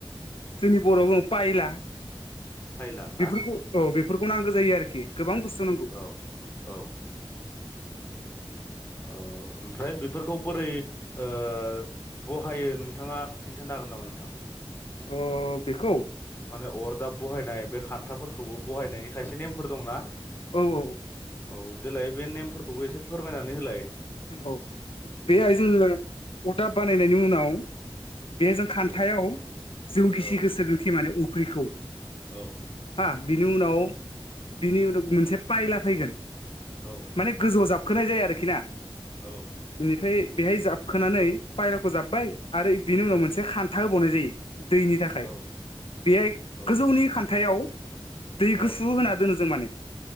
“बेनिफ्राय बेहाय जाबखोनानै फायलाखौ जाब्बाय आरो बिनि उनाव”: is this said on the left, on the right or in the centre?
Left